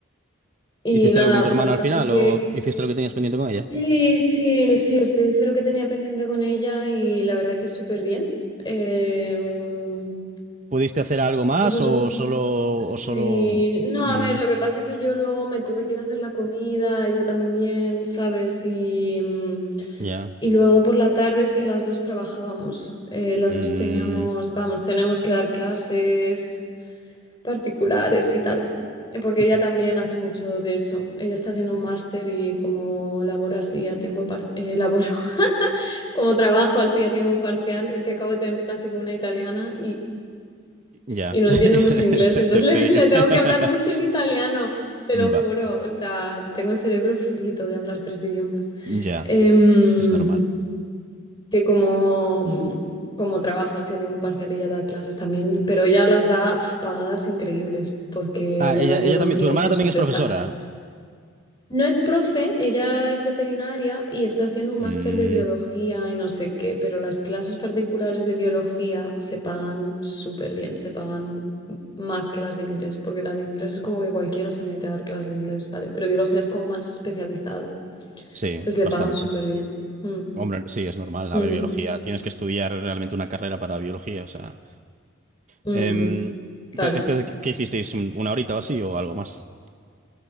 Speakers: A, on the left; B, on the right.
A: y
B: ¿Hiciste
A: nada,
B: algo con tu
A: lo
B: hermana
A: que
B: al
A: pasa
B: final
A: que
B: o hiciste lo que tenías pendiente con ella?
A: sí, sí, sí, estoy, hice lo que tenía pendiente con ella y la verdad que súper bien. Em,
B: ¿Pudiste hacer algo más
A: o sea, sup-
B: o solo...
A: Sí,
B: o solo...
A: no,
B: Mm,
A: a ver, lo que pasa es que yo luego me tuve que ir a hacer la comida, ella también, ¿sabes? Y, mm,
B: ya.
A: y luego por la tarde es que las dos trabajábamos, eh, las
B: Mm,
A: dos teníamos, vamos, tenemos que dar clases particulares y tal, eh, porque
B: entonces,
A: ella también hace mucho de eso, ella está haciendo un máster y como labora así a tiempo parcial, laboro, <laughs> como trabajo así a tiempo parcial, es que acabo de tener clase con una italiana
B: ya.
A: y no
B: <laughs>
A: entiendo mucho inglés,
B: Se
A: entonces
B: te pega.
A: le, <laughs> le tengo
B: <laughs>
A: que hablar mucho en italiano, te
B: Va,
A: lo juro. O sea, tengo el cerebro frito de hablar tres idiomas.
B: ya.
A: Em,
B: Es normal.
A: que como, como trabajo así a tiempo parcial ella da clases también, pero ella las da pf, pagadas increíbles, porque
B: Ah,
A: ella
B: ella,
A: da biología
B: ella también... ¿Tu hermana
A: y cosas
B: también es
A: de
B: profesora?
A: esas. No es profe, ella es veterinaria y está haciendo un
B: Mm,
A: máster de biología y no sé qué, pero las clases particulares de biología se pagan súper bien, se pagan más que las de inglés, porque la de inglés es como que cualquiera se mete a dar clases de inglés, ¿vale? Pero biología es como más especializado,
B: sí,
A: entonces le
B: bastante.
A: pagan súper bien. Mm,
B: Hombre, sí, es normal.
A: ujú,
B: A ver, biología. Tienes que estudiar realmente una carrera para biología, o sea...
A: ujú,
B: Em,
A: claro.
B: ento- entonces, ¿qué qué hicisteis? ¿Un- ¿Una horita o así o algo más?